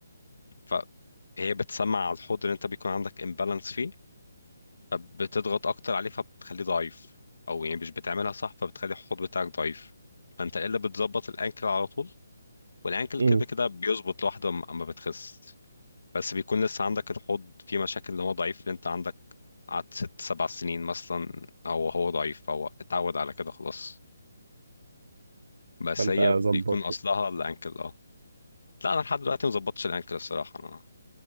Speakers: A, on the left; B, on the right.
A: فهي بتسمع على الحوض اللي انت بيكون عندك امبالانس فيه فبتضغط اكتر عليه فبتخليه ضعيف او يعني مش بتعملها صح فبتخلي الحوض بتاعك ضعيف فانت الا بتظبط الانكل على طول والانكل
B: امم
A: كده كده بيظبط لوحده اما أما بتخس بس بيكون لسه عندك الحوض فيه مشاكل اللي هو ضعيف اللي انت عندك قعدت ست سبع سنين مثلا او هو ضعيف فهو اتعود على كده خلاص بس
B: فانت
A: هي بيكون
B: ظبط
A: اصلها
B: <laughs>
A: الانكل اه لا انا لحد دلوقتي مظبطش الانكل الصراحه انا